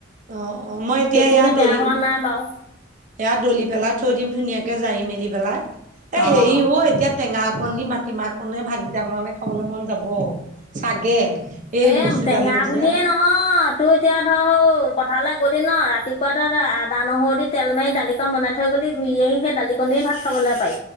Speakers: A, on the right; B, on the left.
A: অ, অ, মই এতিয়া
B: সেইখিনি
A: ইয়াত
B: বেয়া
A: দলি
B: হোৱা নাই বাৰু
A: এয়া দলি পেলাই থৈ দিম ধুনীয়াকে জাৰি মেলি পেলাই, এ
B: অঁ
A: হেৰি ও এতিয়া টেঙা অকণ দি মাটিমাহ অকণনে ভাত কিটা বনালে খাবলৈ মন যাব চাগে। এই
B: এ
A: মচুৰ
B: টেঙা
A: দালিবোৰ
B: বুলিয়ে
A: যে
B: নহয়, তোৰ এতিয়া ধৰ হ পথাৰলৈ গলি ন, ৰাতিপুৱা তাত আদা, নহৰু দি তেল মাৰি দালিকন বনাই থৈ গলি, ঘূৰি আহি সেই দালিকনি ভাত খাবলৈ পা